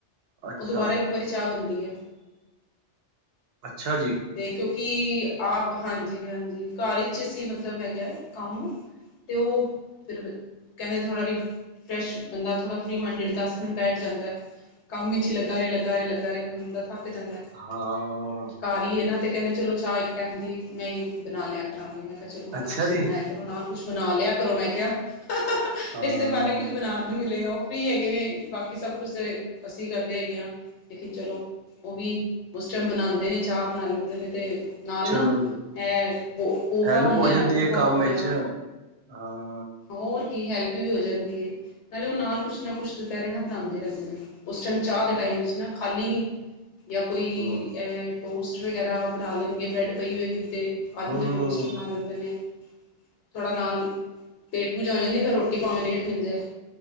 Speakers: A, on the right; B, on the left.
A: ਅੱਛਾ
B: ਓ ਦੁਬਾਰਾ ਇਕ ਵਾਰੀ ਚਾਹ ਬਣਦੀ ਆ
A: ਅੱਛਾ ਜੀ
B: ਤੇ ਕਿ ਕਿ ਆਪ ਹਾਂਜੀ-ਹਾਂਜੀ ਘਰ ਵਿਚ ਅ ਮਤਲਬ ਹੈਗਾ ਕਮ ਤੇ ਉਹ ਫਿਰ ਕਹਿਦੇ ਥੋੜ੍ਹਾ ਰੀ- ਫਰੈਸ਼ ਬੰਦਾ ਥੋੜ੍ਹਾ ਫ੍ਰਰੀ ਮਾਈੰਡ ਦਸ ਮਿੰਟ ਬੈਠ ਜਾਂਦਾ ਐ। ਕਮ ਵਿਚ ਹੀ ਲੱਗਾ ਰਏ, ਲੱਗਾ ਰਏ, ਲੱਗਾ ਰੇ ਬੰਦਾ ਥੱਕ ਜਾਦਾ
A: ਹਾਂ
B: ਘਰ ਈ ਐ ਨਾ ਤੇ ਕਹਿਦੇ ਚਲੋ ਚਾਹ ਇਕ ਟਾਈਮ ਦੀ ਮੈ ਬਨਾ ਲਿਆ ਕਰਾਂਗੇ ਮੈ ਕਿਹਾ ਚਲੋ ਮੰਮਾ
A: ਅੱਛਾ
B: ਤੁਸੀ
A: ਜੀ
B: ਬਣਾਇਆ ਕਰੋ, ਨਾਲ ਕੁਛ ਬਣਾ ਲਿਆ ਕਰੋ ਮੈ ਕਿਹਾ
A: ਹਾਂ
B: ਇਸੇ ਬਹਾਨੇ ਕੁੱਝ ਬਣਾਣ ਨੂੰ ਮਿਲੇਗਾ ਓ ਫਰੀ ਹੈਗੇ ਨੇ ਬਾਕੀ ਸਭ ਕੁਛ ਤੇ ਅਸੀ ਕਰਦੇ ਹੈਗੇ ਆ। ਲੇਕਿਨ ਚਲੋ ਓਵੀ ਉਸ ਟਾਈਮ ਬਣਾਉਦੇ ਨੇ ਚਾਹ ਬਣਾ ਲੈਦੇ ਨੇ ਤੇ ਨਾਲ
A: ਚਲੋ
B: ਨਾ
A: ਜੀ
B: ਇਹ ਪੋਹਾ
A: ਹੈਲਪ
B: ਹੁੰਦਾ
A: ਹੋ
B: ਨਾ,
A: ਜਾਂਦੀ
B: ਪੋਹਾ
A: ਹੈ ਕੰਮ
B: ਹੋ
A: ਵਿੱਚ
B: ਗਿਆ।
A: ਹਾਂ।
B: ਹੋਰ ਕੀ, ਹੈਲਪ ਵੀ ਹੋ ਜਾਦੀ ਏ। ਨਾਲੇ ਉਹ ਨਾਲ ਕੁਛ ਨਾ ਕੁਛ ਦੁਪਹਿਰੇ ਨਾ ਬਣਾਦੇ ਰਹਿਦੇ ਨੇ, ਉਸ ਟਾਈਮ ਚਾਹ ਦੇ ਟਾਈਮ ਵਿਚ ਨਾ ਖਾਲੀ ਨਹੀ ਜਾਂ ਕੋਈ
A: ਹਮ
B: ਪੋਸਟ ਵਗੈਰਾ ਬਣਾ ਲੈਣਗੇ, ਬ੍ਰੈਡ ਪਈ ਹੋਏਗੀ। ਤੇ ਆਲੂ
A: ਹਮ
B: ਦੇ ਟੋਸਟ ਬਣਾ ਲੈਂਦੇ ਨੇ, ਥੋੜ੍ਹਾ ਨਾਲ ਪੇਟ ਪੂਜਾ ਹੋ ਜਾਂਦੀ ਦੀ ਫਿਰ ਰੋਟੀ ਪਾਵੇਂ ਲੇਟ ਮਿਲ ਜਾਏ।